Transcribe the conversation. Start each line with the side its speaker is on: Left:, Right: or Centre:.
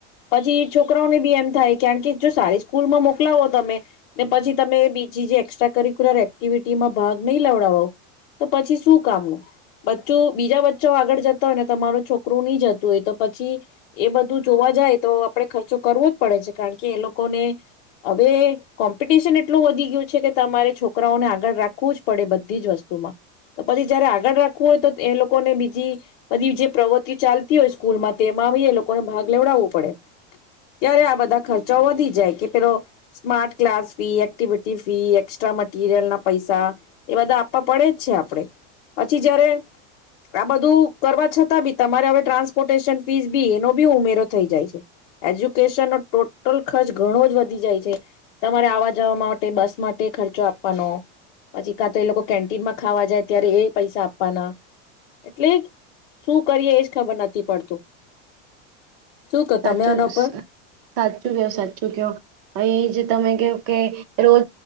Left: પછી છોકરાઓને બી એમ થાય કારણ કે જો સારી સ્કૂલમાં મોકલાવો તમે ને પછી તમે બીજી જે એસ્ટ્રા કરિક્યુલર એક્ટિવિટીમાં ભાગ નહીં લવડાવો તો પછી શું કામનું બચ્ચો બીજા બચ્ચા આગળ જતા હોય ને તમારું છોકરું નહી જતું હોય તો પછી એ બધું જોવા જાય તો આપણે ખર્ચો કરવો જ પડે છે કારણ કે એ લોકોને હવે કોમ્પિટિશન એટલું વધી ગયું છે કે તમારે છોકરાઓને આગળ રાખવું જ પડે બધી જ વસ્તુમાં તો પછી જયારે આગળ રાખવું હોય તો એ લોકોને બીજી બધી જે પ્રવૃતિઓ ચાલતી હોય સ્કૂલમાં તેમાં એ લોકોને ભાગ લેવડાવવું પડે. ત્યારે આ બધા ખર્ચા વધી જાય કે કે ઓલો smart class fee activity fee એક એસ્ટ્રા મટીરિયલ ના પૈસા એ બધા આપવા પડે જ છે આપણે પછી જયારે આ બધું કરવા છતાં બી તમારે હવે ટ્રાન્સપોર્ટેશન ફીસ બી એનો બી ઉમેરો થઈ જાય છે એજ્યુકેશનનો ટોટલ ખર્ચ ઘણો જ વધી જાય છે તમારે આવા જવા માટે બસ માટે ખર્ચો આપવાનો પછી કાં તો એ લોકો કેન્ટીનમાં ખાવા જાય ત્યારે એ પૈસા આપવાના એટલે શું કરીએ એજ ખબર નથી પડતું. શું ક
Right: સાચું
Left: તમે આના પર
Right: સાચું કયો સાચું કયો અ એ જ તમે કે કે રોજ